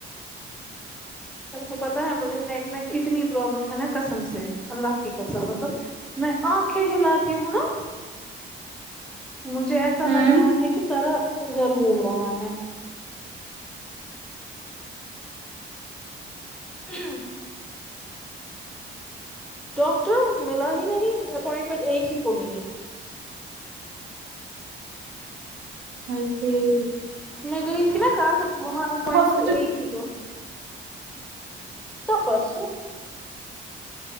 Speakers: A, in the centre; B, on the right.
A: آپ کو پتاہ ہے مجھے نیک میں اتنی پرابلم ہے نا قسم سے اللہ کی قسم مطلب میں آنکھیں ہلاتی ہوں نا مجھے ایسا
B: ہوں
A: لگ رہا ہے کہ سارا گھر گھوم رہا ہے <unintelligible> ڈاکٹر ملا ہی نہیں اپوائنٹمنٹ ایک ہی کو ملی
B: آئی تھنگ
A: میں گئی تھی نا کل وہاں اپنٹمینٹ
B: ہاسپٹل
A: ایک ہی تھا ت پرسو